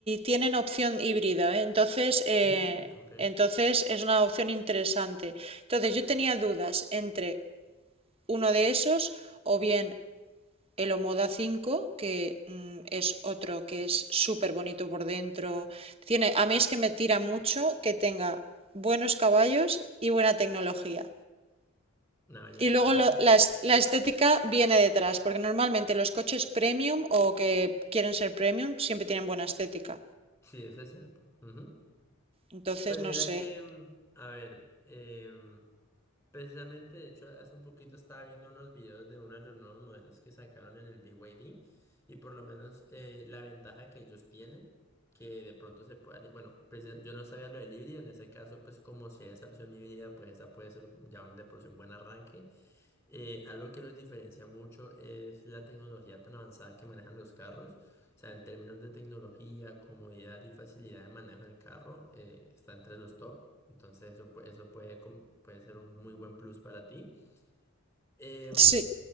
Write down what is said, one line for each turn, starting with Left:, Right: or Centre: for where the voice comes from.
Right: tienen opción híbrida, ¿eh? Entonces,
Left: Mm,
Right: eh,
Left: ok.
Right: entonces es una opción interesante. Entonces yo tenía dudas entre uno de esos o bien el Omoda cinco que mm, es otro que es súper bonito por dentro. Tiene, a mí es que me tira mucho que tenga buenos caballos y buena tecnología.
Left: No, ya está.
Right: Y luego lo- la, es- la estética viene detrás, porque normalmente los coches premium o que quieren ser premium siempre tienen buena estética.
Left: Sí, eso es cierto. Ujú.
Right: Entonces,
Left: Pues mira
Right: no sé.
Left: que, mm, a ver, em, precisamente, de hecho, hace un poquito estaba viendo unos videos de uno de los nuevos modelos que sacaron en el BYD y D y por lo menos eh, la ventaja que ellos tienen, que de pronto se puede, bueno, precis- yo no sabía lo del híbrido, en ese caso, pues como si hay esa opción híbrida, pues esa puede ser ya un de por sí un buen arranque. Eh, algo que los diferencia mucho es la tecnología tan avanzada que manejan los carros. O sea, en términos de tecnología, comodidad y facilidad de manejo del carro, eh, está entre los top. Entonces, eso, pu- eso puede, com- puede ser un muy buen plus para ti. Em,
Right: Sí,